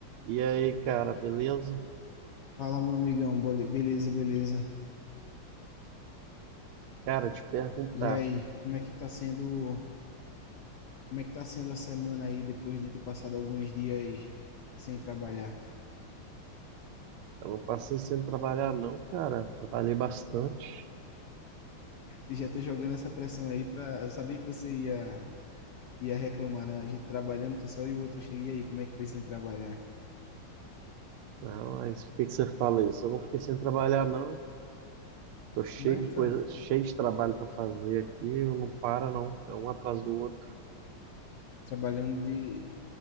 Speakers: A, on the right; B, on the left.
A: E aí, cara, beleza?
B: Fala, meu amigão, Bole- beleza, beleza.
A: Cara, te perguntar.
B: E aí, como é que tá sendo, como é que tá sendo a semana aí depois de ter passado alguns dias sem trabalhar?
A: Eu não passei sem trabalhar, não, cara. Trabalhei bastante.
B: Já tô jogando essa pressão aí pra saber que você ia ia reclamar, né? A gente trabalhando que só e o outro cheguei aí, como é que foi sem trabalhar?
A: né? mas o que que você fala isso? Eu não fiquei sem trabalhar, não. Tô cheio
B: Não, então,
A: de coisa, cheio de trabalho para fazer aqui. Eu não para, não. É um atrás do outro.
B: trabalhando de